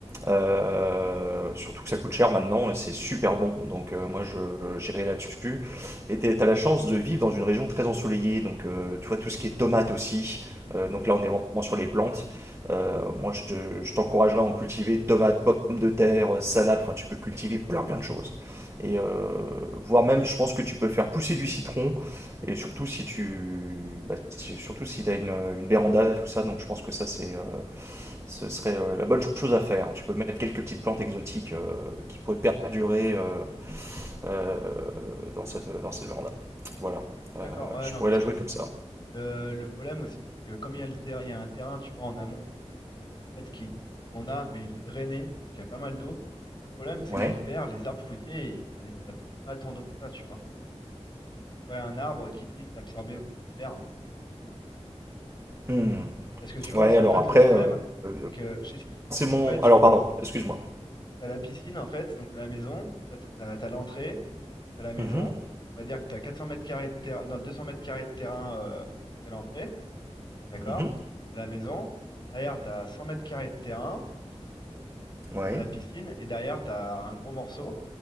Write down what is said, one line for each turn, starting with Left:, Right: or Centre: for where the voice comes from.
Right: Euh, surtout que ça coûte cher maintenant et c'est super bon. Donc euh, moi, je j'irai là-dessus. Et tu as la chance de vivre dans une région très ensoleillée. Donc euh, tu vois tout ce qui est tomates aussi. Euh, donc là, on est vraiment sur les plantes. Euh, moi, je te- je t'encouragerais à en cultiver tomates, pommes de terre, salade. Enfin, tu peux cultiver plein plein de choses. Et euh, voire même, je pense que tu peux faire pousser du citron et surtout si tu, bah, si- surtout si t'as une, une véranda, tout ça, donc je pense que ça c'est, euh, ce serait euh, la bonne chose à faire. Tu peux mettre quelques petites plantes exotiques euh, qui pourraient perdurer euh, euh, dans cette, dans cette véranda. Voilà, Euh,
Left: D'accord, ouais,
Right: je
Left: non,
Right: pourrais
Left: parce
Right: la
Left: que
Right: jouer
Left: le,
Right: comme ça.
Left: le- le problème aussi, c'est que comme il y a le ter- il y a un terrain, tu vois, en amont, en fait, qui, qu'on qu'on a, mais il est drainé, donc il y a pas mal d'eau. Le problème, c'est
Right: Ouais.
Left: qu'en hiver, les arbres fruitiers, ils prennent, ils absorbent pas tant d'eau que ça, tu vois. Ouais, un arbre qui puisse absorber aussi l'hiver.
Right: Hmm.
Left: Parce que tu vois,
Right: Ouais.
Left: c'est
Right: Alors
Left: en fait
Right: après,
Left: le problème,
Right: euh,
Left: c'est que je t'explique.
Right: c'est mon,
Left: En fait,
Right: alors pardon, excuse-moi.
Left: t'as la piscine, en fait, donc t'as la maison, en fait, t'as, t'as l'entrée, t'as la maison.
Right: Mhm.
Left: On va dire que t'as 400 mètres carrés de terrain, non, 200 mètres carrés de terrain euh, jusqu'à l'entrée, d'accord?
Right: Mhm.
Left: T'as la maison. Derrière, t'as 100 mètres carrés de terrain,
Right: Ouais.
Left: t'as la piscine, et derrière, t'as un gros morceau.